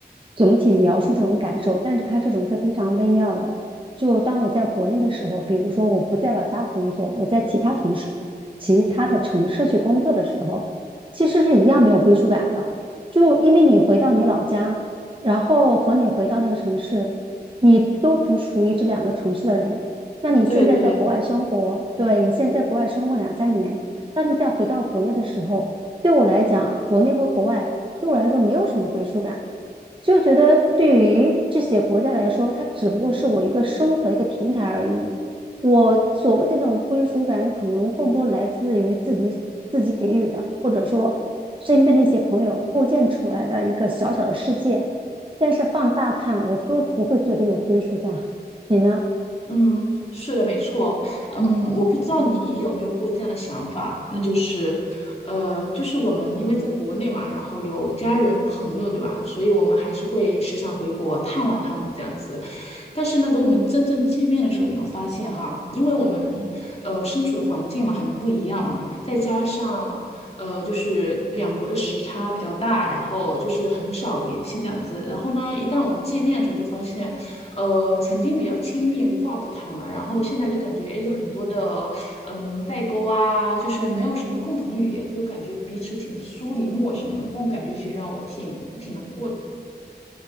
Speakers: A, on the right; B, on the left.
A: 总体描述这种感受，但是它这种是非常微妙的。就当我在国内的时候，比如说我不在老家工作，我在其他同事、其他的城市去工作的时候，其实是一样没有归属感的。就因为你回到你老家，然后和你回到那个城市，你都不属于这两个城市的人。那你现在在国外生活，
B: 对对，
A: 对，你现在在国外生活两三年，当你再回到国内的时候，对我来讲，国内和国外对我来说没有什么归属感，就觉得对于这些国家来说，它只不过是我一个生活的一个平台而已。我所谓的那种归属感，可能更多来自于自己自己给予的，或者说身边的一些朋友构建出来的一个小小的世界。但是放大看，我都不会觉得有归属感。你呢？
B: 嗯，是的，没错，嗯，我不知道你有没有过这样的想法，那就是，呃，就是我们因为在国内嘛，然后有家人朋友，对吧？所以我们还是会时常回国探望他们这样子。但是呢，等我们真正见面的时候，你会发现哈，因为我们呃身处的环境嘛很不一样嘛，再加上呃就是两国的时差比较大，然后就是很少联系这样子。然后呢，一旦我们见面的时候，就发现呃曾经比较亲密，无话不谈嘛，然后现在就感觉哎有很多的嗯代沟啊，就是没有什么共同的语言，就感觉彼此挺疏离陌生的，这种感觉其实让我挺挺难过的。